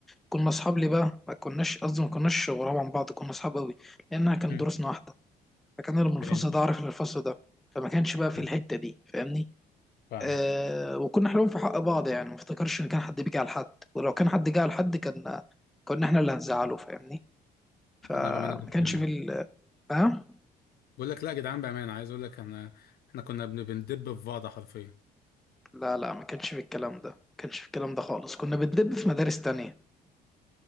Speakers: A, in the centre; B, on the left.
A: كنا اصحاب ليه بقى ما كناش قصدي ما كناش غراب عن بعض كنا اصحاب قوي لانها كانت
B: مم.
A: دروسنا واحده فكان اللي من
B: فهمت
A: الفصل ده عارف اللي من الفصل ده فما كانش بقى في
B: مم.
A: الحته دي فاهمني
B: فاهمك
A: آه وكنا حلوين في حق بعض يعني ما افتكرش ان كان حد بيجي على حد ولو كان حد جه على حد كان كنا احنا اللي هنزعله فاهمني فما
B: لا بامانه جدعان
A: كانش في ال ها
B: بقول لك لا يا جدعان بامانه عايز اقول لك انا احنا كنا بن- بندب في بعض حرفيا
A: لا لا ما كانش في الكلام ده ما كانش في الكلام ده خالص كنا بندب في مدارس تانية